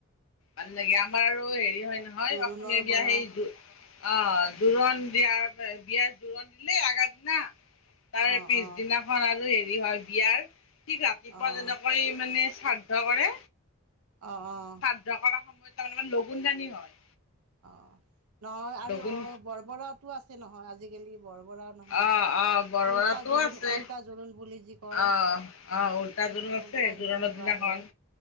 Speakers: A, on the left (about 65°); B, on the right (about 85°).
A: ভাল লাগে, আমাৰ আৰু হেৰি
B: অ',
A: হয় নহয়
B: জোৰোণৰ
A: অসমীয়া বিয়া
B: পৰা
A: সেই জো অ' জোৰোণ
B: অ',
A: দিয়াৰ বিয়া জোৰোণ দিলেই আগাৰ দিনা। তাৰ
B: অ',
A: পিছদিনাখন
B: অ',
A: আৰু হেৰি হয়, বিয়াৰ ঠিক ৰাতিপুৱা
B: অ',
A: যেনেকৈ মানে শ্ৰাদ্ধ কৰে
B: অ, অ।
A: শ্ৰাদ্ধ কৰা সময়ত তাৰমানে লগুন দানি হয়।
B: অ' নহয় আৰু
A: লগুণ
B: অ' বৰবৰাতো আছে নহয় আজিকালি বৰবৰা। নহয়,
A: অ' অ' বৰবৰাতো
B: উল্টা জোৰোণ,
A: আছে
B: উল্টা জোৰোণ বুলি যি কয়,
A: অ, অ, উল্টা জোৰোণ আছে,
B: উল্টা জোৰোণ
A: জোৰণৰ
B: দিব
A: দিনাখন
B: আহে।